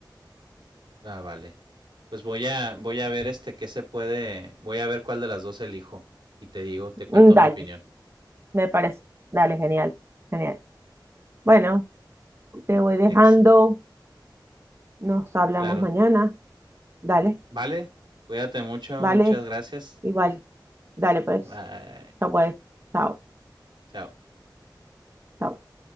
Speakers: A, on the right; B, on the right.
A: Ah, vale. Pues voy a, voy a ver este qué se puede, voy a ver cuál de las dos elijo y te digo, te cuento
B: Mm, Dale,
A: mi opinión.
B: me parece, dale, genial, genial. Bueno, te voy dejando.
A: Excelente.
B: Nos hablamos
A: Claro.
B: mañana. Dale.
A: Vale, cuídate mucho,
B: Vale,
A: muchas gracias.
B: igual. Dale, pues.
A: Bye.
B: Chao, pues. Chao,
A: Chao.
B: chao.